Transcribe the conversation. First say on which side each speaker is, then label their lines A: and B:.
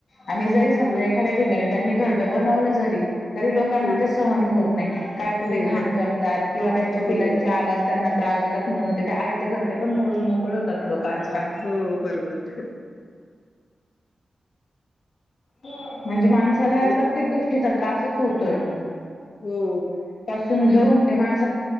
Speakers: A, on the left; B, on the left.
A: आणि जरी समजा
B: हम्म.
A: एखाद्या ठिकाणी त्यांनी घरट बनवलं जरी तरी लोकांना
B: हं.
A: ते सहन होत नाही काय
B: हो,
A: तर ते घाण
B: बरोबर.
A: कर किंवा त्यांच्या
B: हो,
A: पिलांचे
B: हो.
A: आवाज त्यां त्रास देतात म्हणून ते आहे ते घरचे पण मोडून मोकळे होतात लोक काज का
B: हो, बरोबर आहे.
A: हम् म्हणजे माणसाला या
B: आणि
A: प्रत्येक गोष्टी त्रासच होतोय.
B: हो.
A: <unintelligible> परेंत